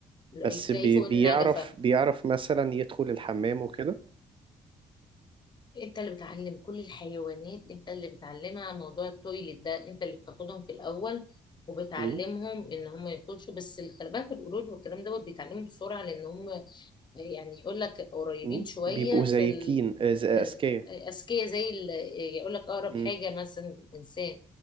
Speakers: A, on the left (about 35°); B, on the right (about 40°).
A: لا،
B: بس
A: تلاقيه
B: بي
A: فوق
B: بيعرف
A: النجفة
B: بيعرف مثلا يدخل الحمام وكده
A: انت اللي بتعلم كل الحيوانات انت اللي بتعلمها موضوع التويلت ده انت اللي بتاخدهم في الاول وبتعلمهم
B: امم
A: ان هم يخشوا بس الكلبات والقرود والكلام دوت بيتعلموا بسرعة لان هم يعني يقول لك قريبين
B: امم
A: شوية
B: بيبقوا
A: في
B: زيكين
A: ال...
B: آه، ز- اذكياء
A: آه، أذكياء زي ال... آه، يقول لك أقرب
B: امم
A: حاجة مثلا إنسان